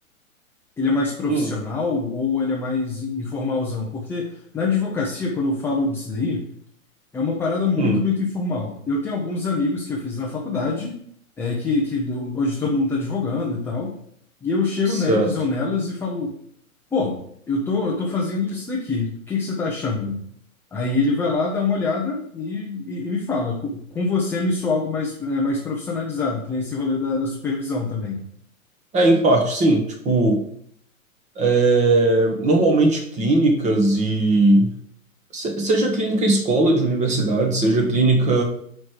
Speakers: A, in the centre; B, on the right.
A: ele é mais profissional
B: Hum,
A: ou ele é mais informalzão? Porque na advocacia, quando eu falo disso daí, É uma parada muito,
B: hum,
A: muito informal. Eu tenho alguns amigos que eu fiz na faculdade, é, que, que hoje todo mundo está advogando e tal, e eu chego
B: certo.
A: neles ou nelas e falo, pô, eu tô, eu tô fazendo isso daqui, o que que você tá achando? Aí ele vai lá, dá uma olhada e, e, e me fala. Com, com você me soa algo mais, é, mais profissionalizado, que nem esse rolê da, da supervisão também.
B: É, em parte, sim. Tipo, é, normalmente clínicas e. se- Seja clínica escola de universidade, seja clínica.